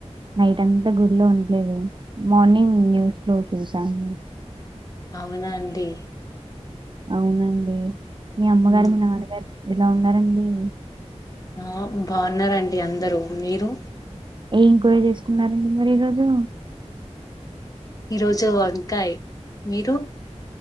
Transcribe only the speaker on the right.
నైట్ అంతా గుడ్లో ఉండలేదు మార్నింగ్ న్యూస్లో చూసాండి
అవునండి మీ అమ్మగారు
మీ నాన్నగారు ఎలా ఉన్నారండి
ఏ ఇంక్వైరీ చేసుకున్నారండి మరి ఈరోోజు